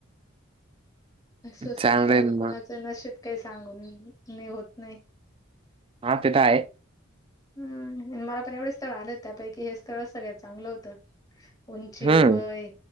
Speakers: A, on the left (about 20°); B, on the right (about 25°).
A: असंच
B: चांगलं आहे ना
A: कुणाचं
B: मग
A: नशीब काही सांगून नाही होत नाही.
B: हा तेथ हाये.
A: हम्म मला पण एवढे स्थळ आले होते. त्यापैकी हे स्थळच सगळ्यात चांगलं होत. उची,
B: हम्म
A: वय